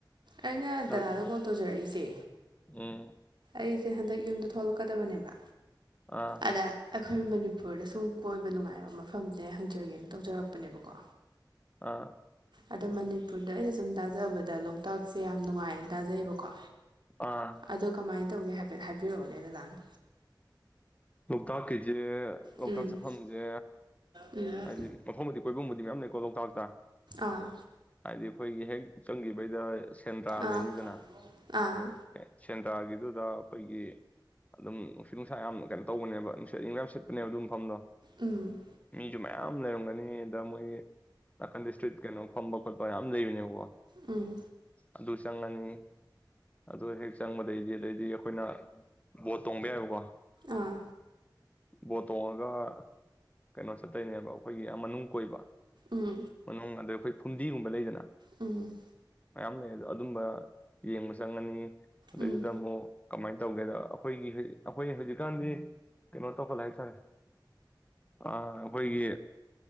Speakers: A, on the right; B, on the left.
A: ꯑꯩꯅ
B: ꯀ꯭ꯂꯥꯁ
A: ꯗꯗꯥꯗ ꯀꯣꯜ ꯇꯧꯖꯔꯛꯏꯁꯦ
B: ꯎꯝ
A: ꯑꯩꯁꯦ ꯍꯟꯗꯛ ꯌꯨꯝꯗ ꯊꯣꯂꯛꯀꯗꯕꯅꯦꯕ
B: ꯑꯥ
A: ꯑꯗ ꯑꯩ ꯈꯣꯏ ꯃꯅꯤꯄꯨꯔꯗ ꯁꯨꯝ ꯀꯣꯏꯕ ꯅꯨꯡꯉꯥꯏꯕ ꯃꯐꯝꯁꯦ ꯍꯪꯖꯒꯦꯅ ꯇꯧꯖꯔꯛꯄꯅꯦꯕꯀꯣ
B: ꯑꯥ
A: ꯑꯗꯣ ꯃꯅꯤꯄꯨꯔꯗ ꯑꯩꯅ ꯁꯨꯝ ꯇꯥꯖꯕꯗ ꯂꯣꯛꯇꯥꯛꯁꯦ ꯌꯥꯝ ꯅꯨꯡꯉꯥꯏ ꯇꯥꯖꯕꯀꯣ
B: ꯑꯥ
A: ꯑꯗꯨ ꯀꯃꯥꯏ ꯇꯧꯒꯦ ꯍꯥꯏ ꯍꯥꯏꯕꯦꯠ ꯍꯥꯏꯕꯤꯔꯛꯑꯣꯅꯦ ꯗꯗꯥꯅ
B: ꯂꯣꯛꯇꯥꯛ ꯀꯤꯖꯦ ꯑ-ꯂꯣꯛꯇꯥꯛ
A: ꯎꯝ
B: ꯆꯠꯐꯝꯁꯦ
A: ꯎꯝ
B: ꯍꯥꯏꯗꯤ ꯃꯐꯝꯕꯨꯗꯤ ꯀꯣꯏꯕꯝꯕꯨꯗꯤ ꯃꯌꯥꯝ ꯂꯩꯀꯣ ꯂꯣꯛꯇꯥꯛꯇ
A: ꯑꯥ
B: ꯍꯥꯏꯗꯤ ꯈꯣꯏꯒꯤ ꯍꯦꯛ ꯆꯪꯈꯤꯕꯩꯗ ꯁꯦꯟꯗ꯭ꯔꯥ
A: ꯑꯥ
B: ꯂꯩꯅꯤꯗꯅ
A: ꯑꯥ
B: ꯍꯦ- ꯁꯦꯟꯗ꯭ꯔꯥꯒꯤꯗꯨꯗ ꯑꯈꯣꯏꯒꯤ ꯑꯗꯨꯝ ꯅꯨꯡꯁꯤꯠ ꯅꯨꯡꯁꯥ ꯌꯥꯝ ꯀꯩꯅ ꯇꯧꯕꯅꯦꯕ ꯅꯨꯡꯁꯤꯠ ꯑꯪꯌꯤꯡꯕ ꯌꯥꯝ ꯁꯤꯠꯄꯅꯦꯕ ꯑꯗꯨ ꯃꯐꯝꯗꯣ
A: ꯎꯨꯝ
B: ꯌꯨꯝ ꯃꯌꯥꯝ ꯂꯩꯔꯝꯒꯅꯤ ꯑꯗ ꯃꯣꯏꯒꯤ ꯅꯥꯀꯟꯗ ꯏꯁꯇ꯭ꯔꯤꯠ ꯀꯩꯅꯣ ꯐꯝꯕ ꯈꯣꯠꯄ ꯃꯌꯥꯝ ꯂꯩꯕꯅꯦꯕꯀꯣ
A: ꯎꯨꯝ
B: ꯑꯗꯨ ꯆꯪꯉꯅꯤ ꯑꯗꯨ ꯍꯦꯛ ꯆꯪꯕꯗꯩꯗꯤ ꯑꯗꯩꯗꯤ ꯑꯈꯣꯏꯅ ꯕꯣꯠ ꯇꯣꯡꯕ ꯌꯥꯏꯕꯀꯣ
A: ꯑꯥ
B: ꯕꯣꯠ ꯇꯣꯡꯉꯒ ꯀꯩꯅꯣ ꯆꯠꯇꯣꯏꯅꯦꯕ ꯑꯩꯈꯣꯏꯒꯤ ꯑ-ꯃꯅꯨꯡ ꯀꯣꯏꯕ
A: ꯎꯝ
B: ꯃꯅꯨꯡ ꯑꯗꯩ ꯈꯣꯏ ꯐꯨꯝꯗꯤꯒꯨꯝꯕ ꯂꯩꯗꯅ
A: ꯎꯨꯝ
B: ꯃꯌꯥꯝ ꯂꯩ-ꯑ- ꯑꯗꯨꯝꯕ ꯌꯦꯡꯕ ꯆꯪꯉꯅꯤ ꯑꯩꯗꯨꯗ
A: ꯎꯝ
B: ꯑꯝꯃꯣ ꯀꯃꯥꯏ ꯇꯧꯒꯦꯗ ꯑꯩꯈꯣꯏꯒꯤ ꯍꯧꯖꯤ-ꯑꯩꯈꯣꯏ ꯍꯧꯖꯤꯛ ꯒꯥꯟꯖꯤ ꯀꯩꯅꯣ ꯇꯧꯈꯠꯂꯦ ꯍꯥꯏꯇꯥꯔꯦ ꯑ-ꯑꯩꯈꯣꯏꯒꯤ